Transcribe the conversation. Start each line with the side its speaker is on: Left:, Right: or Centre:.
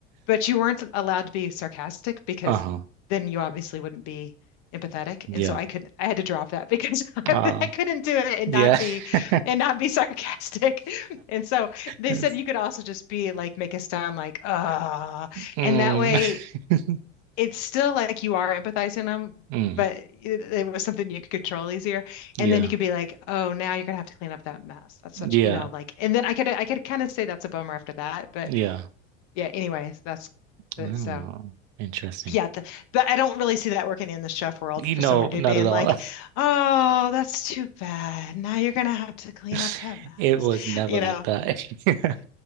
Left: but you weren't allowed to be sarcastic because
Right: Uh-huh.
Left: then you obviously wouldn't be empathetic
Right: Yeah.
Left: and so I could I had to drop that because <laughs> I,
Right: Uh,
Left: I couldn't do it and
Right: yeah.
Left: not be
Right: <laughs>
Left: and not be sarcastic <laughs> and so they
Right: Yes.
Left: said you could also just be like make a sound like ah
Right: Mm.
Left: and that way
Right: <laughs>
Left: it's still like you are empathizing them,
Right: Mm.
Left: but it, it was something you could control easier. And
Right: Yeah.
Left: then you could be like, oh, now you're gonna have to clean up that mess. That's
Right: Yeah.
Left: such, you know, like, and then I could I could kind of say that's a bummer after that, but
Right: Yeah.
Left: yeah. Anyways, that's the,
Right: Oh,
Left: so.
Right: interesting.
Left: Yeah, the, but I don't really see that working in the chef world
Right: You
Left: for
Right: know,
Left: somebody
Right: not
Left: to be in
Right: at all.
Left: like, oh, that's too bad. Now you're gonna have to clean
Right: <laughs>
Left: up that mess,
Right: It was never
Left: you
Right: like
Left: know,
Right: that. <laughs>